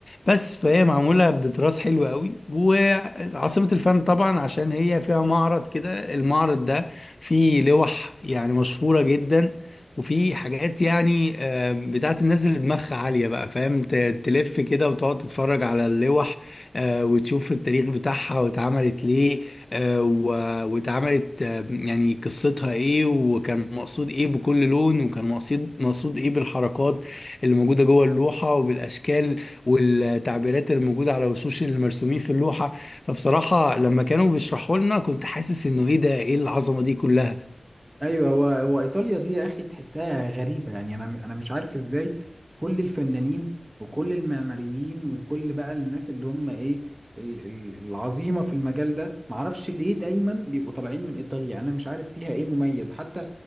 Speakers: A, on the left (about 50°); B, on the right (about 25°).
A: بس فهي معمولة بتراث حلو قوي وعاصمة الفن طبعا عشان هي فيها معرض كده المعرض ده فيه لوح يعني مشهورة جدا وفي حاجات يعني آم، بتاعت الناس اللي دماغها عالية بقى فاهم ت- تلف كده وتقعد تتفرج على اللوح آه، وتشوف التاريخ بتاعها واتعملت ليه آه، و- واتعملت آه، يعني قصتها ايه وكان مقصود ايه بكل لون وكان مقصود مقصود ايه بالحركات اللي موجودة جوه اللوحة وبالأشكال والتعبيرات الموجودة على وشوش المرسومين في اللوحة فبصراحة لما كانوا بيشرحوا لنا كنت حاسس انه ايه ده ايه العظمة دي كلها
B: ايوه هو هو ايطاليا دي يا اخي تحسها غريبة يعني انا انا مش عارف ازاي كل الفنانين وكل المعماريين وكل بقى الناس اللي هم ايه ال- ال- العظيمة في المجال ده معرفش ليه دايما بيبقوا طالعين من ايطاليا انا مش عارف فيها ايه مميز حتى